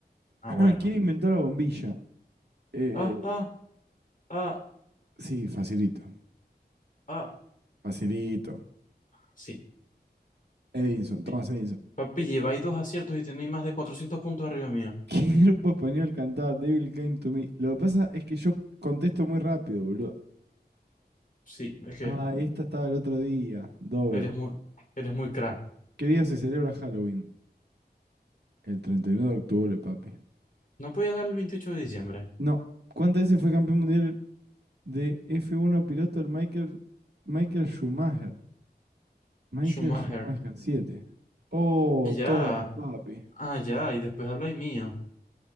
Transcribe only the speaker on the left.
Ah,
bueno.
Ah, ah, ah,
ah.
Sí.
Pi-
Papi, lleva ahí dos aciertos y tenéis más de 400 puntos arriba mío.
Sí, es que
eres muy, eres muy crack.
No podías dar el 28 de diciembre.
Schumacher.
Ah, Ya,
ah, ya, y después habláis mío.